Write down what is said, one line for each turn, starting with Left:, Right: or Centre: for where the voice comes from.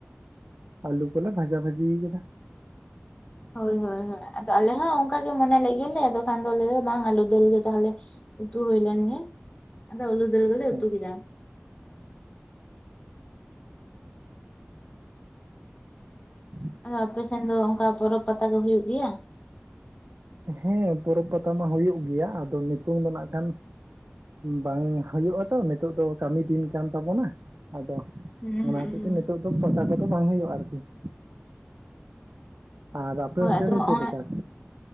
Right: ᱟᱹᱞᱩ ᱠᱚᱞᱮ ᱵᱷᱟᱡᱟ ᱵᱷᱟᱹᱡᱤᱭᱟᱠᱟᱫᱟ ᱾
Left: ᱦᱳᱭ ᱦᱳᱭ ᱦᱳᱭ, ᱟᱫᱚ ᱟᱞᱮ ᱦᱚᱸ ᱚᱱᱠᱟ ᱜᱮ ᱢᱚᱱᱮ ᱜᱮᱭᱟᱞᱮ, ᱟᱫᱚ ᱠᱷᱟᱱ ᱫᱚ ᱞᱟᱹᱭ ᱫᱚ ᱵᱟᱝ ᱟᱹᱞᱩ ᱫᱟᱹᱞ ᱜᱮ ᱛᱟᱦᱞᱮ ᱾ ᱩᱛᱩ ᱦᱩᱭ ᱞᱮᱱ ᱜᱮ, ᱟᱫᱚ ᱟᱹᱞᱩ ᱫᱟᱹᱞ ᱜᱮ
Right: ᱦᱮᱸ
Left: ᱩᱛᱩ ᱠᱮᱫᱟ ᱾
Right: <inaudible>
Left: ᱟᱫᱚ ᱟᱯᱮ ᱥᱮᱱ ᱫᱚ ᱚᱱᱠᱟ ᱯᱚᱨᱚᱵᱽ ᱯᱟᱛᱟ ᱠᱚ ᱦᱩᱭᱩᱜ ᱜᱮᱭᱟ?
Right: ᱦᱮᱸ, ᱯᱚᱨᱚᱵᱽ ᱯᱟᱛᱟ ᱢᱟ ᱦᱩᱭᱩᱜ ᱜᱮᱭᱟ ᱾ ᱟᱫᱚ ᱱᱤᱛᱚᱜ ᱫᱚ ᱱᱷᱟᱸᱜ ᱠᱷᱟᱱ? ᱵᱟᱝ ᱦᱩᱭᱩᱜᱼᱟ ᱛᱚ ᱱᱤᱛᱚᱜ ᱫᱚ ᱠᱟᱹᱢᱤ ᱫᱤᱱ ᱠᱟᱱ ᱛᱟᱵᱚᱱᱟ, ᱟᱫᱚ?
Left: ᱦᱩᱸ ᱦᱩᱸ
Right: ᱚᱱᱟ ᱦᱚᱛᱮᱜ
Left: ᱦᱩᱸ
Right: ᱛᱮ ᱱᱤᱛᱚᱜ ᱫᱚ ᱯᱟᱛᱟ ᱠᱚᱫᱚ ᱵᱟᱝ ᱦᱩᱭᱩᱜᱼᱟ ᱟᱨᱠᱤ ᱾ ᱟᱨ ᱟᱯᱮ
Left: ᱦᱳᱭ
Right: ᱚᱱᱛᱮ
Left: ᱟᱫᱚ
Right: ᱫᱚ ᱪᱮᱫ
Left: ᱦᱚᱸᱜᱼᱚᱭ
Right: ᱞᱮᱠᱟ?